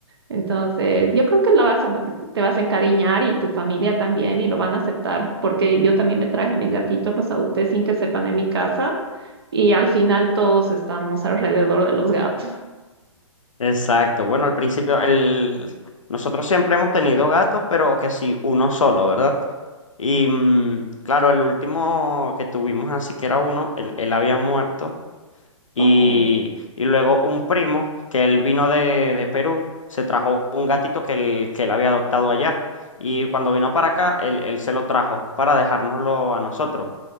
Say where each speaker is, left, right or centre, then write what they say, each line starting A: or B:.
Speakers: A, on the right; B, on the left.
A: Entonces, yo creo que lo vas a, te vas a encariñar y tu familia también y lo van a aceptar, porque yo también me traje mis gatitos, los adopté sin que sepan en mi casa y al final todos estamos alrededor de los gatos.
B: Exacto. Bueno, al principio, el... nosotros siempre hemos tenido gatos, pero que sí, uno solo, ¿verdad? Y mm, claro, el último que tuvimos así que era uno, él, él había muerto Y,
A: Oh.
B: y luego un primo, que él vino de, de Perú, se trajo un gatito que él, que él había adoptado allá. Y cuando vino para acá, él, él se lo trajo para dejárnoslo a nosotros.